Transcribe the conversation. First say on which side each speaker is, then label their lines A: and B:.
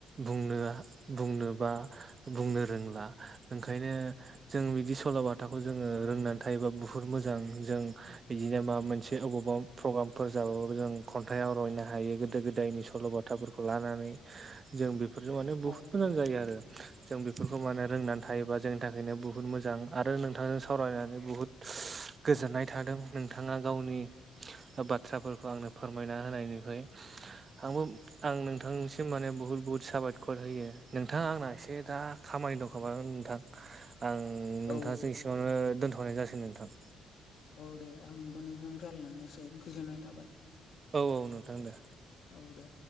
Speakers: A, on the right; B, on the left.
A: बुंनो बुंनो बा बुंनो रोंला ओंखायनो जों बि बिदि सल बाथाखौ जोङो रोंनानै थायोबा बुहुत मोजां जों बिदिनो मा मोनसे अबावबा फ्र अ आमफोरबो जाबाबो जों खन आइ आवरायनो हायो गोदो गोदायनि सल बाथाफोरखौ लानानै जों बे जों माने बुहुत
B: औ
A: मोजां जायो आरो जों बेफोरखौ माने रोंनानै थायोबा जोंनि थाखायनो बुहुत मोजां आरो नोंथांजों सावरायनानै बुहुद गोजोननाय थादों नोंथाङा गावनि बाथ्राफोरखौ आंनो फोरमायना होनायनिफ्राय आंबो आं नोंथांनिसिम माने बुहुद बुहुद साबायखर होयो नोंथाङा आंना एसे दा खामा बाय दंखोमा ओं नोंथां आं
B: औ
A: नोंथांजों एसेवनो दोनथ'नाय जासिगोन नोंथां
B: औ दे आंबो नोंजों रायलायनानै एसे गोजोननाय थाबाय।
A: औ औ नोंथां दे
B: ओ दे